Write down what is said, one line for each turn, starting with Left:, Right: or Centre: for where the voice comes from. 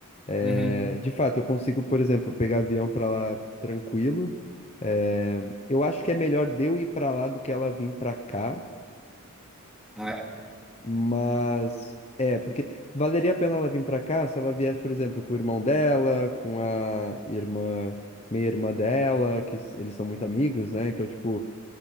Left: É,
Centre: Uhum.
Left: de fato, eu consigo, por exemplo, pegar avião pra lá tranquilo. é, eu acho que é melhor de eu ir pra lá do que ela vir pra cá.
Centre: Ah, é?
Left: Mas é, porque valeria a pena ela vir pra cá se ela viesse, por exemplo, com o irmão dela, com a irmã, meia-irmã dela, que s- eles são muito amigos, né? Então, tipo,